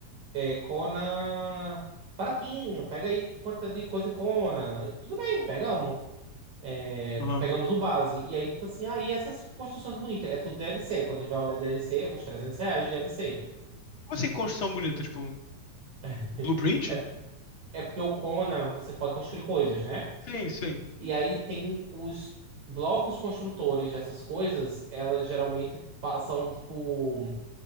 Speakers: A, on the right; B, on the left.
A: é, Conan baratinho, pega aí quantidade de coisa em Conan. E tudo bem, pegamos. É,
B: Aham.
A: pegamos o base. E aí, tipo assim, aí essas construções bonitas, é tudo DLC. Quando a gente vai olhar DLC, uns 300 reais de DLC.
B: Como assim construção bonita? Tipo,
A: <laughs>
B: Blueprint?
A: É porque o Conan, você pode construir coisas, né?
B: Sim, sim.
A: E aí tem os blocos construtores dessas coisas, elas geralmente pa- são tipo.